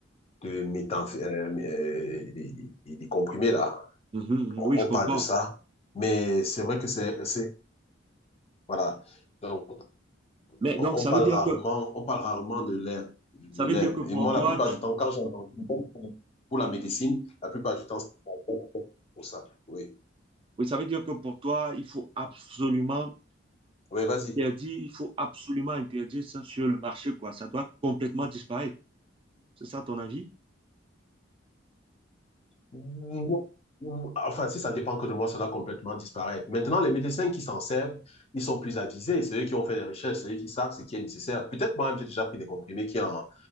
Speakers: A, on the left (about 30°); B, on the right (about 25°).
A: de méthamph- euh, euh, des, des- des comprimés là.
B: mhm,
A: On,
B: Mhm. Oui, je
A: on
B: comprends.
A: parle de ça, mais c'est vrai que c'est, c'est- voilà. Donc,
B: Mais donc,
A: on
B: ça
A: on parle
B: veut dire
A: rarement,
B: que,
A: on parle rarement de l'herbe, de
B: ça veut
A: l'herbe.
B: dire que pour
A: Et moi,
B: toi,
A: la plupart
B: tu-
A: du temps, quand j'entends pour la médecine, la plupart du temps, c'est pour ça. Oui.
B: oui, ça veut dire que pour toi, il faut absolument
A: Oui, vas-y.
B: interdire, il faut absolument interdire ça sur le marché, quoi. Ça doit complètement disparaître. C'est ça ton avis?
A: Ou- ou- Enfin, si ça ne dépend que de moi, ça va complètement disparaître. Maintenant, les médecins qui s'en servent, ils sont plus avisés. C'est eux qui ont fait des recherches, c'est eux qui savent ce qui est nécessaire. Peut-être moi-même, j'ai déjà pris des comprimés qui en,